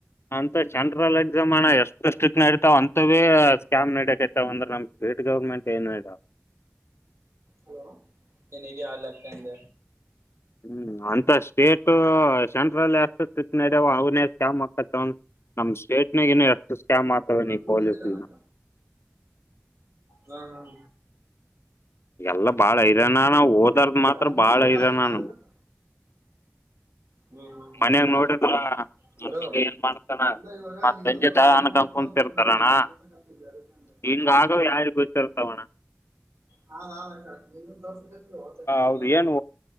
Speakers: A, on the left; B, on the right.
A: ಅಂತ ಸೆಂಟ್ರಲ್ ಎಕ್ಸಾಮ್ ಅಣ್ಣ ಎಷ್ಟು ಸ್ಟ್ರಿಕ್ಟ್ ನಡತಾವ ಅಂತವೇ ಸ್ಕಾಮ್ನಡಕ್ತವ ಅಂದ್ರ ನಮ್ ಸ್ಟೇಟ್ ಗೌರ್ಮೆಂಟ್ ಏನು ಇದ್.
B: ಹಲೋ ಎನಿಗೆ ಹಾಲಕ್ಕಂಡ.
A: ಹ್ಮ್ ಅಂತ ಸ್ಟೇಟು ಸೆಂಟ್ರಲ್ ಎಷ್ಟತ ನಡವೆ ಅವನ ಸ್ಕ್ಯಾಮ್ಕ್ಕತ್ತವ ನಮ್ ಸ್ಟೇಟ್ ನಗ ಇನ್ನು. ಎಷ್ಟು ಸ್ಕ್ಯಾಮ್ ಆಗ್ತವೆ
B: ಅವ ನನ್
A: ನೀ ಪೊಲೀಸ್
B: ಬಂದಿಲ್ಲೆನಕ ಹ ಹ.
A: ಎಲ್ಲ ಬಾಳ ಐರಾನ ನಾ ಓದಾರದ ಮಾತ್ರ
B: ನಿನ್
A: ಬಾಳ
B: ನಂಬರ್
A: ಐರಣನ್.
B: ಲಾಗಿನ್ ಆದೇನ ಅಕ್ಕ. ಹ್ಮ್ ಹ್ಮ್ ಹ್ಮ್
A: ಮನ್ಯಾಗ ನೋಡಿದ್ರ
B: ಅಂದ್ರ
A: ನ ಏನ್ ಮಾಡ್ತಾನ
B: ಇಲ್ಲ ಇವಾಗ
A: ಮತ್
B: ನಿನ್
A: ಸಂಜೆ
B: ನಂಬರ್
A: ತನ್ಕಂ
B: ಲಾಗಿನ್ ಮಾಡ್ಕೊ
A: ಕುಂತಿರ್ತಾರಣ್ಣ
B: ನಿಂದ ನಂಬರ್ ತೋರ್ಸಕತ್ತಿಲ್ಲ ಅದಕ್ಕೆ ಅಂದೆ.
A: ಹಿಂಗಾಗ ಯಾರಿ ಗೊತ್ತಿರ್ತಾವಣ್ಣ.
B: ಹಾ ನಾ ಲಕ್ಷಿ ಇ ದೋಸ. ಸ್ ಹ್ಮ್
A: ಅವ್ರ
B: ಹ್ಮ್
A: ಏನ್